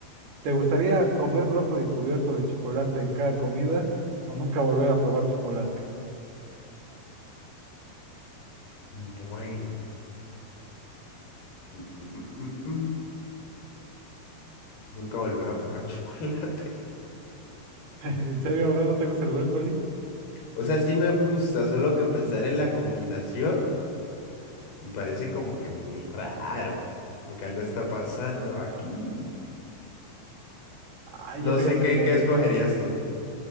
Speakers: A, on the right; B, on the left.
A: ¿Te gustaría comer brócoli cubierto de chocolate en cada comida o nunca volver a probar chocolate?
B: Bueno. Mm, mm, mm, mm, mm. Nunca volver a probar <laughs> chocolate.
A: <laughs> ¿En serio, bro? ¿No te gusta el brócoli?
B: O sea, sí me gusta, solo que pensar en la combinación me parece como que muy raro, como que algo está pasando aquí.
A: Ay,
B: No
A: yo fíjate
B: sé qué,
A: que,
B: qué escogerías tú.